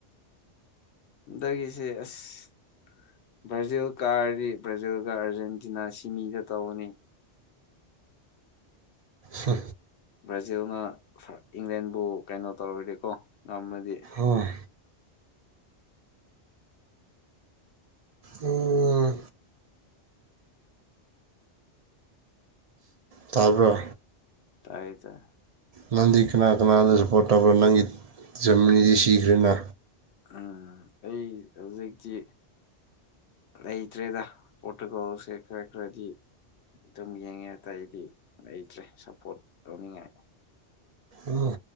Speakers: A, on the left; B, on the right.
A: ꯗꯗꯒꯤꯁꯦ ꯑꯁ ꯕ꯭ꯔꯥꯖꯤꯜ ꯀꯥꯔꯗꯤ ꯕ꯭ꯔꯥꯖꯤꯜꯒ ꯑꯥꯔꯖꯦꯟꯇꯤꯅꯥ ꯁꯤꯃꯤꯗ ꯇꯧꯅꯤ
B: ꯍ
A: ꯕ꯭ꯔꯥꯖꯤꯜꯅ ꯏꯪꯂꯦꯟꯕꯨ ꯀꯩꯅꯣ ꯇꯧꯔꯣꯏꯔꯀꯣ ꯉꯝꯃꯗꯤ
B: ꯎꯝ ꯑꯣ ꯇꯥꯕ꯭ꯔ
A: ꯇꯥꯏ ꯇꯦ
B: ꯅꯪꯗꯤ ꯀꯅꯥ ꯀꯅꯥꯗꯁꯨ ꯄꯣꯠꯇꯕ ꯅꯪꯒꯤ ꯖꯝꯃꯤꯅꯤꯗꯤ ꯁꯤꯈ꯭ꯔꯦꯅ
A: ꯎꯝ ꯑꯩ ꯍꯧꯖꯤꯛꯀꯤ ꯂꯩꯩꯇ꯭ꯔꯦꯗ ꯄꯠꯇꯀꯣ ꯁꯦ ꯈꯔꯦ ꯈꯔꯗꯤ ꯑꯗꯨꯝ ꯌꯦꯡꯉꯦ ꯑꯇꯥ ꯑꯩꯗꯤ ꯂꯩꯇ꯭ꯔꯦ ꯁꯞꯄꯣꯔꯠ ꯇꯧꯅꯤꯡꯉꯥꯏ
B: ꯋꯥ